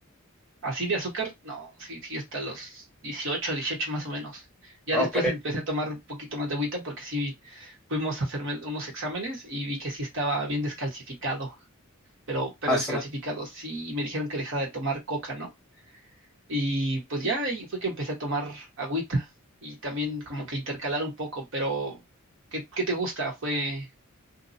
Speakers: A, on the right; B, in the centre.
A: Así de azúcar, no, sí, sí, hasta los dieciocho, dieciocho más o menos. Ya
B: Ah,
A: después
B: Ok.
A: empecé a tomar un poquito más de agüita porque sí fuimos a hacerme unos exámenes y vi que sí estaba bien descalcificado, pero, pero
B: Azúcar.
A: descalcificado, sí, y me dijeron que dejara de tomar coca, ¿no? Y pues ya ahí fue que empecé a tomar agüita y también como que intercalar un poco, pero ¿qué, qué te gusta? Fue